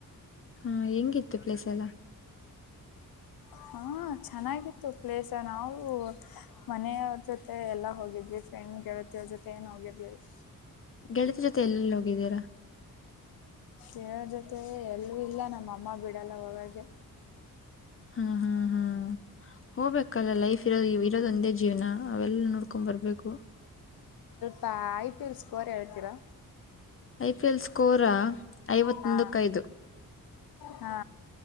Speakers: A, on the left; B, on the left.
A: ಹಾ ಹೆಂಗಿತ್ತು ಪ್ಲೇಸ್ ಎಲ್ಲಾ.
B: ಹಾ ಚೆನ್ನಾಗಿತ್ತು ಪ್ಲೇಸ್ ನಾವು ಮನೆಯವ್ರ ಜೊತೆ ಎಲ್ಲ ಹೋಗಿದ್ವಿ. ಫ್ರೆಂಡ್ ಗೆಳತಿಯವ್ರ <unintelligible> ಜೊತೆ ಏನ್ ಹೋಗಿರ್ಲಲ್ಲಾ.
A: ಗೆಳೆತಿ ಜೊತೆ ಎಲ್ಲ ಎಲ್ಲಿ ಹೋಗಿದ್ದೀರಾ.
B: ಯಾರ್ ಜೊತೆ ಎಲ್ಲೂ ಇಲ್ಲಾ ನಮ್ಮ ಅಮ್ಮ ಬಿಟ್ಟ <unintelligible> ಹೋಗೋಕ್ಕೆ
A: ಹಾ ಹಾ ಹಾ ಹಾ ಹೋಗ್ಬೇಕಲ್ಲ ಲೈಫ್ ಇರೋದು ಇರೋದ ಒಂದೇ ಜೀವನ ಅವೆಲ್ಲ ನೋಡ್ <unintelligible> ಬರ್ಬೇಕು.
B: ಬಾಯ್ <unintelligible> <unintelligible> ಹೇಳ್ತೀರಾ.
A: ಐಪಿಎಲ್ ಸ್ಕೋರಾ. ಐವತ್ತೊಂದಕ್ಕೈದು
B: ಹಾ ಹಾ